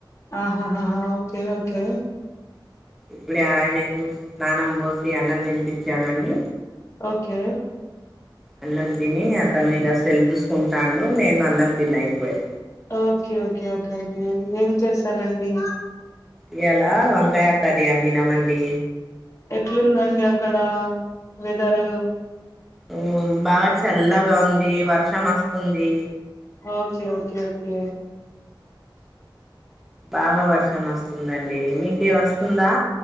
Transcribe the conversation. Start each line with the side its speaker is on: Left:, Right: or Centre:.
Left: ఆహాహాహ ఓకే ఓకే
Centre: ఇప్పుడే ఆయనకు స్నానం పోసి అన్నం తినిపిచానండి
Left: ఓకే
Centre: అన్నం తిని అతను ఇగ సెల్ చూసుకుంటాండు నేన్ అన్నం తిన్న ఇప్పుడే
Left: ఓకే ఓకే ఓకే ఓకే ఏం చేస్తారండి
Centre: ఇయాలా ఒంకాయ కరీ అండి నమండి
Left: ఎట్లుందండి అక్కడ వెదరు
Centre: ఉ బాగా చల్లగా ఉంది వర్షం అస్తుంది
Left: ఓకే ఓకే ఓకే
Centre: బాగా వర్షం వస్తుందండి మీకే వస్తుందా